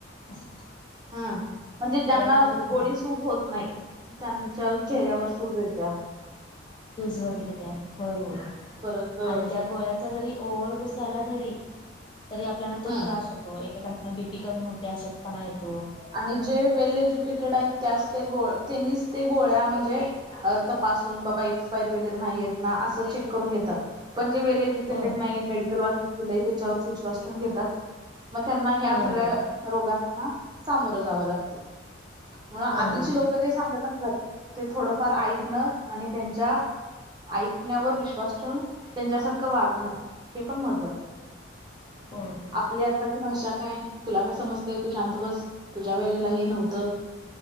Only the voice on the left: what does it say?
अस.
होत नाहीत
सुझ वगैरे द्या होय होय.
आणि त्या गोळ्यांचा जरी ओव्हडो झाला तरी तरी आपल्याला तो
त्रास होतो एकेकांना बीपी कमी होते अशक्तपणा येतो.
होय
होय
होय
होय होय
होय